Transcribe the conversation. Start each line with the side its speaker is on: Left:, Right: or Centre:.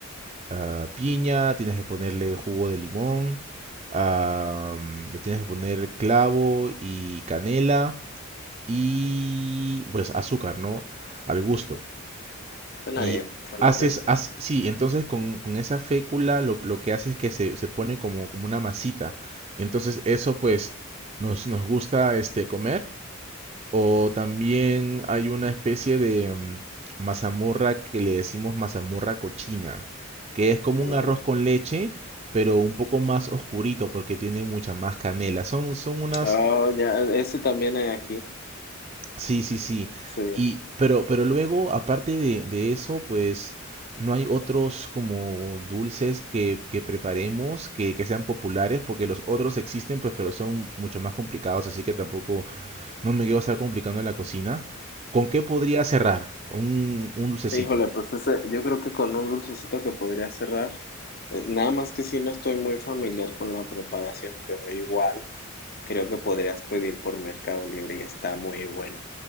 Right: ah, piña, tienes que ponerle jugo de limón, am, le tienes que poner clavo y canela y pues azúcar, ¿no? Al gusto.
Left: suena
Right: Y
Left: bien, suena
Right: haces,
Left: interesante.
Right: haz- sí, entonces con, con esa fécula lo, lo que hace es que se, se pone como, como una masita. Y entonces eso pues nos, nos gusta este, comer. O también hay una especie de mm, mazamorra que le decimos mazamorra cochina, que es como
Left: Mm.
Right: un arroz con leche, pero un poco más oscurito porque tiene mucha más canela. Son, son unas...
Left: Oh, ya, ese también hay aquí,
Right: Sí, sí, sí.
Left: sí.
Right: Y, pero, pero luego, aparte de, de eso, pues no hay otros como dulces que, que preparemos que, que sean populares, porque los otros existen, pues, pero son mucho más complicados, así que tampoco no me quiero estar complicando en la cocina. ¿Con qué podría cerrar? Un, un dulcecito.
Left: Híjole, pues ese, yo creo que con un dulcecito que podría cerrar, eh, nada más que si no estoy muy familiar con la preparación, pero igual creo que podrías pedir por Mercado Libre y está muy bueno.